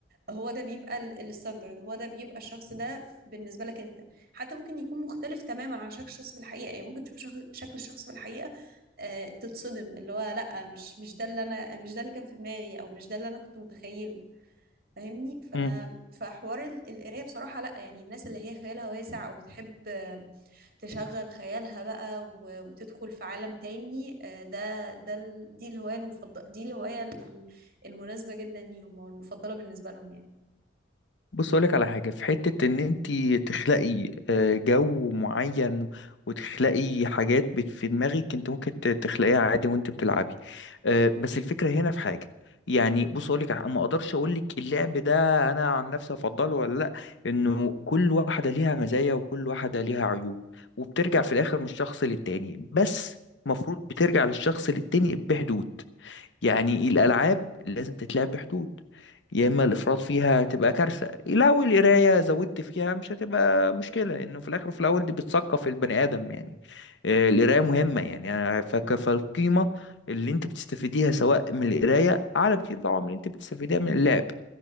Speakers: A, on the right; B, on the left.
A: هو ده بيبقى الستاندرد هو ده بيبقى الشخص ده بالنسبة لك انت حتى ممكن يكون مختلف تماما عن شكل الشخص في الحقيقة يعني ممكن تشوف شخ- شكل الشخص في الحقيقة آه، تتصدم اللي هو لا مش مش ده اللي انا مش ده اللي كان في دماغي او مش ده اللي انا كنت متخيله فاهمني ف
B: مم.
A: فحوار ال- القرايه بصراحه لا يعني الناس اللي هي خيالها واسع او بتحب آه، تشغل خيالها بقى و- وتدخل في عالم تاني آه، ده ده ال- دي الهوايه المفضله دي الهوايه ال- المناسبه جدا ليهم او المفضله بالنسبه لهم
B: بص اقولك على حاجه في حته ان انت تخلقي آه، جو معين وتخلقي حاجات بت- في دماغك انت ممكن ت- تخلقيها عادي وانت بتلعبي آه، بس الفكره هنا في حاجه يعني بص اقولك ع- ما اقدرش اقولك اللعب ده انا عن نفسي افضله ولا لا انه كل واحده ليها مزايا وكل واحده ليها عيوب وبترجع
A: يعني
B: في الاخر من الشخص للتاني بس المفروض بترجع للشخص للتاني بحدود يعني الألعاب لازم تتلعب بحدود يا إما الإفراط فيها تبقى كارثة لو القراية زودت فيها مش هتبقى مشكلة لأنه في الآخر وفي الأول دي بتثقف البني آدم يعني آه، القراية مهمة يعني آه، فك- فالقيمة اللي أنت بتستفيديها سواء من القراية أعلى بكتير طبعا من اللي أنت بتستفيديها من اللعب